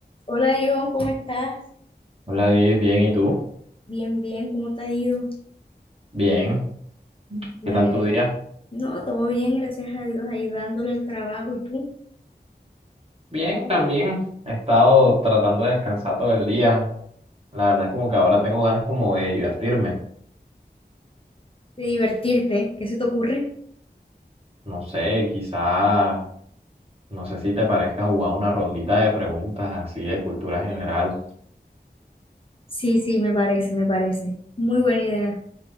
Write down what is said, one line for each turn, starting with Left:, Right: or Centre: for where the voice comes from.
Left: Hola John, ¿cómo estás?
Right: Hola, Di, bien, ¿y tú?
Left: Bien, bien, ¿cómo te ha ido?
Right: Bien,
Left: Me
Right: ¿qué tal
Left: alegra.
Right: tu día?
Left: No, todo bien, gracias a Dios, ahí dándole el trabajo y tú,
Right: Bien, también he estado tratando de descansar todo el día. La verdad es como que ahora tengo ganas como de divertirme.
Left: de divertirte, ¿qué se te ocurre?
Right: No sé, quizá, no sé si te parezca jugar una rondita de preguntas así de cultura general.
Left: Sí, sí, me parece, me parece. Muy buena idea.